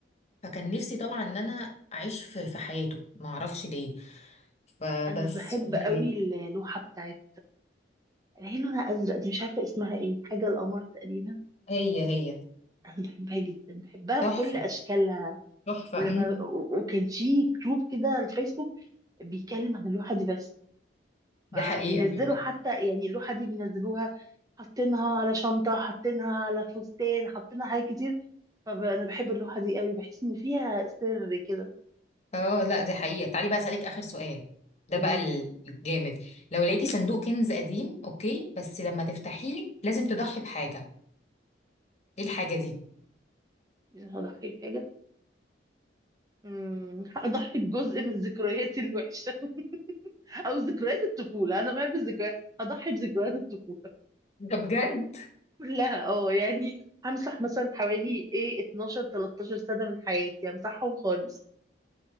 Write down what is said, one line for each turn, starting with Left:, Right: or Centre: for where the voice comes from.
Left: فكان نفسي طبعا ان انا اعيش في في حياته ما اعرفش ليه فبس
Right: انا بحب
Left: دي
Right: قوي
Left: ليه
Right: اللوحه بتاعت اللي هي لونها ازرق دي مش عارفه اسمها ايه حاجه القمر تقريبا
Left: هي هي
Right: انا بحبها جدا بحبها
Left: تحفه
Right: بكل اشكالها
Left: تحفه
Right: ولما وكان في جروب كده على الفيسبوك بيتكلم عن اللوحه دي بس
Left: دي
Right: فبينزلوا
Left: حقيقة عامة.
Right: حتى يعني اللوحه دي بينزلوها حاطينها على شنطه حاطينها على فستان حاطينها حاجات كتير فانا بحب اللوحه دي قوي بحس ان فيها سر كده
Left: اه لا دي حقيقة تعالي بقى أسألك آخر سؤال ده
Right: قولي
Left: بقى ال- الجامد لو لقيتي صندوق كنز قديم اوكي بس لما تفتحيه لازم تضحي بحاجة ايه الحاجة دي؟
Right: لي، هضحي بحاجه أمم، هضحي بجزء من ذكرياتي الوحشه <laughs> او ذكريات الطفوله انا بحب الذكريات هضحي بذكريات الطفوله
Left: ده بجد؟
Right: كلها اه يعني همسح مثلا حوالي ايه 12 13 سنة من حياتي همسحهم خالص